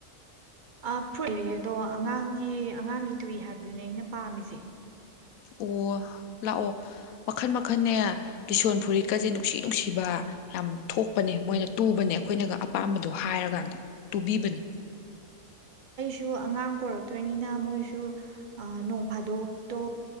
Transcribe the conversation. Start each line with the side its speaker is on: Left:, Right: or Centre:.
Right: ꯑ ꯐꯨꯔꯤ ꯑꯗꯣ ꯑꯉꯥꯡꯒꯤ ꯑꯉꯥꯡꯒꯤ ꯇꯨꯏ ꯍꯥꯏꯕꯗꯨꯅꯦ ꯑꯩꯅ ꯄꯥꯝꯃꯤꯁꯦ
Left: ꯑꯣ ꯂꯥꯛꯑꯣ ꯃꯈꯟ ꯃꯈꯟꯅꯦ ꯀꯤꯁꯣꯟ ꯐꯨꯔꯤꯠꯀꯁꯦ ꯅꯨꯡꯁꯤ ꯅꯨꯡꯁꯤꯕ ꯌꯥꯝ ꯊꯣꯛꯄꯅꯦ ꯃꯣꯏꯅ ꯇꯨꯕꯅꯦ ꯑꯩꯈꯣꯏꯅꯒ ꯑꯄꯥꯝꯕꯗꯣ ꯍꯥꯏꯔꯀꯥꯟꯗ ꯇꯨꯕꯤꯕꯅꯦ
Right: ꯁꯨ ꯑꯉꯥꯡ ꯄꯣꯔꯛꯇꯣꯏꯅꯤꯅ ꯃꯣꯏꯁꯨ ꯑ ꯅꯣꯡ ꯐꯥꯗꯣꯛꯇꯣ